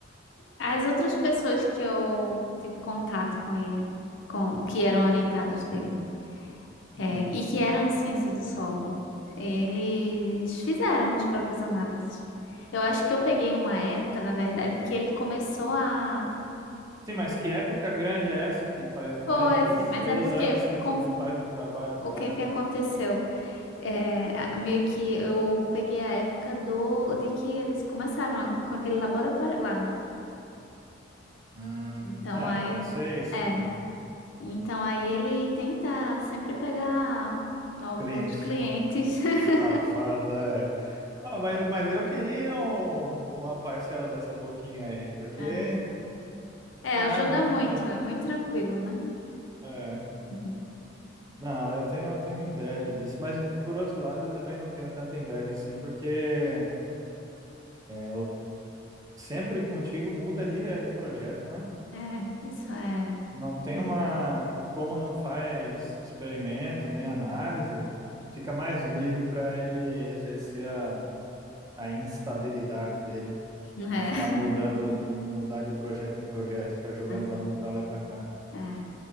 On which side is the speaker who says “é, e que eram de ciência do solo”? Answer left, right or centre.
Left